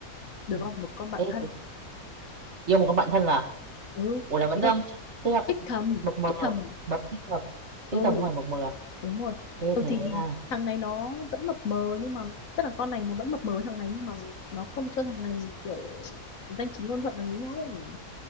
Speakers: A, on the left; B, on the right.
A: được
B: ừ.
A: không? Một con bạn
B: ê
A: thân.
B: thế yêu một con bạn thân à
A: Ừ,
B: ủa là vẫn
A: ý
B: đang
A: là
B: chắc- tức là
A: thích thầm,
B: mập mờ
A: thích thầm.
B: mập tích mập
A: Ừ,
B: tí tầm hoài mập mờ à?
A: đúng rồi.
B: thế
A: Ừ
B: thế
A: thì
B: à
A: thằng này nó vẫn mập mờ nhưng mà tức là con này nó vẫn mập mờ với thằng này nhưng mà nó không cho thằng này kiểu danh chính ngôn thuận là nghĩ nó ấy.